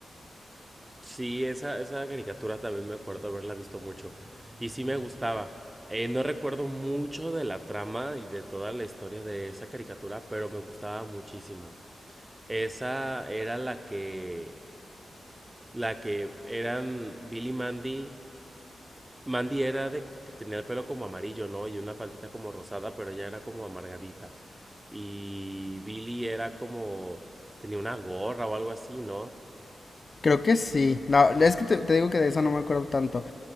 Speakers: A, on the right; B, on the left.
A: Sí, esa, esa caricatura también me acuerdo haberla visto mucho y sí me gustaba. Eh, no recuerdo mucho de la trama y de toda la historia de esa caricatura, pero me gustaba muchísimo. Esa era la que, la que eran Billy y Mandy Mandy era de que tenía el pelo como amarillo, ¿no? Y una faldita como rosada, pero ella era como amargadita. Y Billy era como tenía una gorra o algo así, ¿no?
B: Creo que sí. No, es que te, te digo que de esa no me acuerdo tanto,